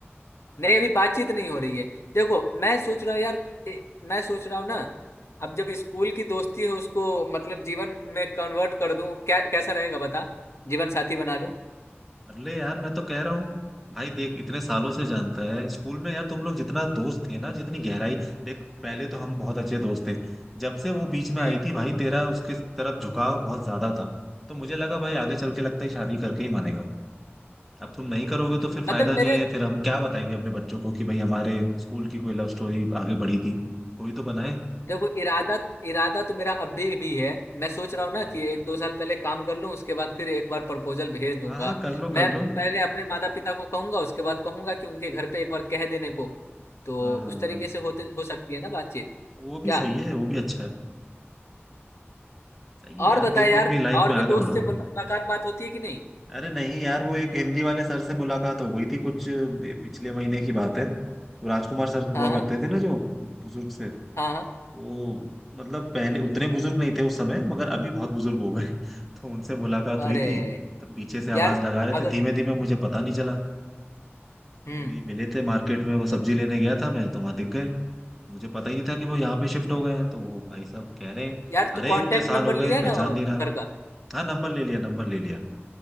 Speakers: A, on the left; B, in the centre.
A: नहीं अभी बातचीत नहीं हो रही है देखो मैं सोच रहा हूँ यार ए, मैं सोच रहा हूँ ना अब जब स्कूल
B: अच्छा
A: की दोस्ती है उसको मतलब जीवन में कन्वर्ट कर दूं क्या कैसा रहेगा बता जीवन साथी बना लूं
B: अरे यार मैं तो कह रहा हूँ भाई देख इतने सालों से जानता है स्कूल में यार तुम लोग जितना दोस्त थे ना जितनी गहराई देख पहले तो हम बहुत अच्छे दोस्त थे जब से वो बीच में
A: हम्म
B: आई थी भाई तेरा उसके तरफ झुकाव बहुत ज्यादा था तो मुझे लगा भाई आगे चल के लगता है शादी करके ही मानेगा अब तुम नहीं करोगे तो फिर फायदा
A: मतलब मेरे
B: नहीं है फिर हम क्या बताएंगे अपने बच्चों को कि भाई हमारे स्कूल की कोई लव स्टोरी आगे बढ़ी थी कोई तो बनाए
A: देखो इरादा इरादा तो मेरा अभी भी है मैं सोच रहा हूँ
B: हम्म
A: ना कि एक दो साल पहले काम कर लूँ उसके बाद फिर एक बार प्रपोजल भेज दूंगा
B: हाँ हाँ कर लो कर
A: मैं
B: लो
A: पहले अपने माता पिता को कहूंगा उसके बाद कहूंगा कि उनके घर पे एक बार कह देने को तो
B: हाँ हाँ
A: उस तरीके
B: हाँ
A: से होते हो सकती है ना बातचीत
B: वो भी
A: क्या
B: सही है वो भी अच्छा है सही है
A: और
B: यार
A: बता
B: देखो
A: यार
B: अपनी लाइफ
A: और
B: में
A: भी
B: आगे
A: दोस्त
B: बढ़ो
A: से मुल- मुलाकात बात होती है कि नहीं
B: अरे नहीं यार वो एक हिंदी वाले सर से मुलाकात हो गई थी कुछ पिछले महीने की बात है वो राजकुमार सर हुआ
A: हाँ हाँ
B: करते थे ना जो बुजुर्ग से
A: हाँ हाँ
B: वो मतलब पहले उतने बुजुर्ग नहीं थे उस समय मगर अभी बहुत बुजुर्ग हो गए <laughs> तो उनसे मुलाकात
A: अरे
B: हुई थी तो पीछे से आवाज
A: यार
B: लगा रहे
A: अगर
B: थे धीमे धीमे मुझे पता नहीं चला वही
A: हम्म
B: मिले थे मार्केट में वो सब्जी
A: तो
B: लेने गया था मैं तो वहां दिख गए मुझे पता ही नहीं था कि वो यहाँ पे शिफ्ट हो गए हैं तो वो भाई साहब कह रहे हैं
A: यार तू
B: अरे
A: कांटेक्ट
B: इतने साल
A: नंबर
B: हो गए
A: लिया
B: पहचान
A: ना
B: नहीं रहा
A: सर का
B: हाँ नंबर ले लिया नंबर ले लिया